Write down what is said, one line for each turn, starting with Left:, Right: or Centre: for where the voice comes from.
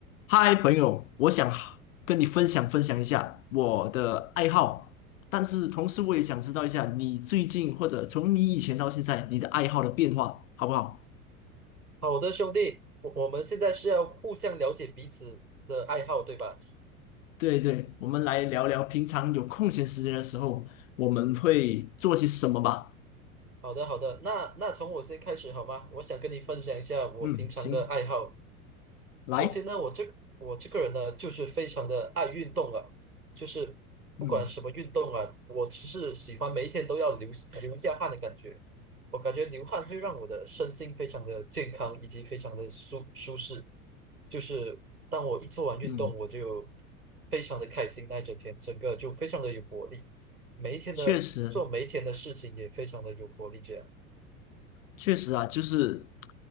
Left: 嗨，朋友，我想跟你分享分享一下我的爱好，但是同时我也想知道一下你最近或者从你以前到现在你的爱好的变化，好不好？
Right: 好的，兄弟，我我们现在是要互相了解彼此的爱好，对吧？
Left: 对对，我们来聊聊平常有空闲时间的时候我们会做些什么吧。
Right: 好的，好的，那那从我先开始好吗？我想跟你分享一下我平常的爱好。
Left: 嗯，行，来，
Right: 首先呢，我这我这个人呢，就是非常的爱运动啊，就是不管什么运动啊，
Left: 嗯
Right: 我只是喜欢每一天都要流流一下汗的感觉。我感觉流汗会让我的身心非常的健康，以及非常的舒舒适。就是当我一做完运动，
Left: 嗯，
Right: 我就非常的开心，那一整天整个就非常的有活力。每一天的做每一天的事情也非常的有活力，
Left: 确实。
Right: 这样。
Left: 确实啊，就是，